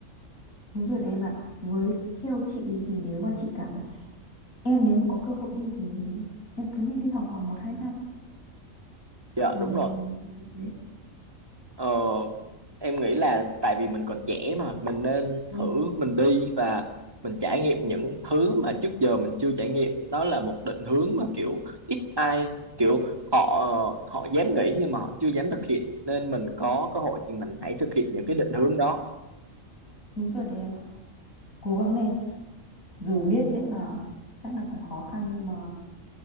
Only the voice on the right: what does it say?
dạ
đúng rồi
ờ, em nghĩ là tại vì mình còn trẻ mà mình nên
thử mình đi và mình trải nghiệm những thứ mà trước giờ mình chưa trải nghiệm đó là một định hướng mà kiểu ít ai kiểu họ họ dám nghĩ nhưng mà họ chưa dám thực hiện nên mình có cơ hội thì mình hãy thực hiện những cái định hướng đó